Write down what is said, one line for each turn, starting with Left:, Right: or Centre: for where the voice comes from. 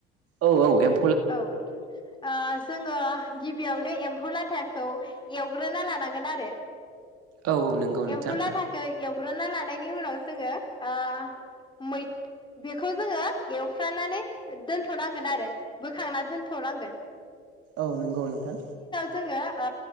Right: औ औ एम
Left: औ ओ जोंङो गिबियावनो एम्फौ लाथाखौ एवग्रोना लानांगोन आरो।
Right: औ औ नंगौ नोंथां।
Left: एम्फौ लाथा खौ एवग्रोना लानो नायनि उनाव जोंङो ओ मै बेखौ जोंङो एवफ्रानानै दोनथनांगोन आरो। बोखांना दोनथनांगोन।
Right: औ नंगौ नोंथां।
Left: जोंङो ओ